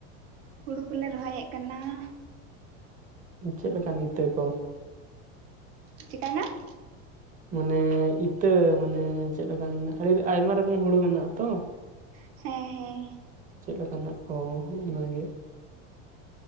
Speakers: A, on the right; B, on the right.
A: ᱦᱩᱲᱳ ᱠᱚᱞᱮ ᱨᱚᱦᱚᱭᱮᱫ ᱠᱟᱱᱟ ᱾
B: ᱪᱮᱫ ᱞᱮᱠᱟᱱ ᱤᱛᱟᱹ ᱠᱚ?
A: ᱪᱤᱠᱟᱹᱭᱱᱟ ᱾
B: ᱢᱟᱱᱮ ᱤᱛᱟᱹ ᱢᱟᱱᱮ ᱪᱮᱫᱞᱮᱠᱟᱱ ᱟᱹᱰᱤ ᱟᱭᱢᱟ ᱨᱚᱠᱚᱢ ᱦᱩᱲᱩ ᱢᱮᱱᱟᱜᱼᱟ ᱟᱛᱚ ᱾
A: ᱦᱮᱸ ᱦᱮᱸ ᱾
B: ᱪᱮᱫ ᱞᱮᱠᱚᱱᱟ ᱠᱚ ᱚᱱᱟᱜᱮ?